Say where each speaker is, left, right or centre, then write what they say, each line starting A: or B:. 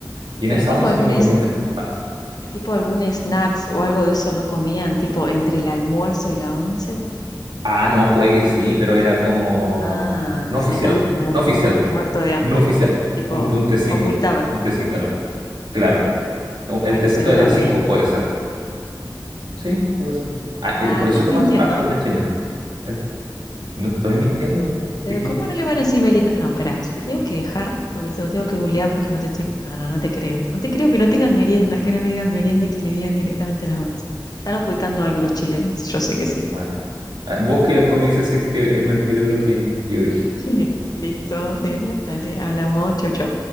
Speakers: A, on the right (about 80°); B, on the left (about 55°).
A: Y en
B: pero
A: esa
B: tipo
A: once
B: algún,
A: yo me
B: es-
A: comía tres panes.
B: tipo algún snacks o algo de eso no comían, tipo entre el almuerzo y la once,
A: Ah, no, puede que sí, pero era como
B: ah,
A: no
B: si
A: oficial,
B: no, mu-
A: no oficial,
B: muerto de hambre,
A: no oficial.
B: tipo
A: Un, un tecito,
B: ocultaban,
A: un tecito, no, claro. no, El
B: bueno,
A: tecito
B: sería
A: de las
B: la merienda,
A: 5 puede ser. Sí, puede ser. Ah,
B: ah,
A: y por
B: estás
A: eso tomas
B: mintiendo,
A: harto té en Chile. El- no estoy mintiendo.
B: Pero
A: ¿De qué?
B: ¿cómo no le van a decir merienda? No, espera, te tengo que dejar porque te lo tengo que googlear porque no te estoy... No, no, no te creo. No te creo que no tengan merienda, que no le digan merienda y que le digan directamente a las 11. Están ocultando algo los chilenos, yo sé que sí.
A: Bueno, Ah, vos que después me dices si es que es mentira lo que yo dije.
B: <laughs> Listo, dile, dale, hablamos, chau, chau.